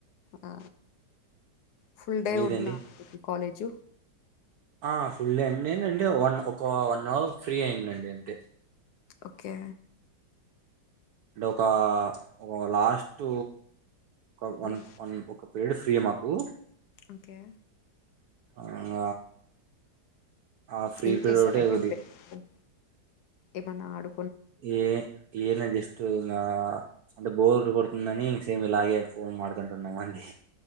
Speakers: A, on the left; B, on the right.
A: ఆ! ఫుల్ డే
B: మీదండి
A: ఉన్నా అనుకోండి కాలేజు.
B: ఆ ఫుల్ ఏంటంటే వన్ ఒక వన్ అవర్ ఫ్రీ అయిందండి అంతే
A: ఓకే
B: అంటే ఒక ఒక లాస్ట్ ఒక వన్
A: హ్మ్.
B: వన్ ఒక పేరియాడ్ ఫ్రీ యే మాకు
A: ఓకే.
B: ఇంగ ఆ ఫ్రీ
A: ఏం
B: పీరియడ్
A: చేశారండి
B: ఒకటె కొద్దిగ
A: అప్పుడు? ఏమన్నా ఆడు
B: ఏ ఏన జస్ట్ స్ట్ నా అంటే బోర్ కొడుతుందని సేమ్ ఇలాగే ఫోన్ మాట్లడుకుంటున్నాము అండి.